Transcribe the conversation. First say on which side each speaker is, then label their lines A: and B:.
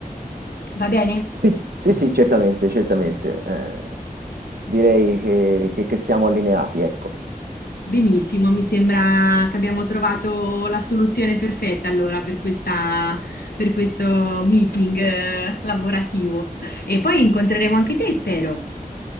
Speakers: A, on the left; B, on the right.
A: Va bene?
B: Sì, sì, sì, certamente, certamente. Eh, direi che, che- che siamo allineati, ecco.
A: Benissimo, mi sembra che abbiamo trovato la soluzione perfetta allora per questa, per questo meeting eh, lavorativo. E poi incontreremo anche te, spero.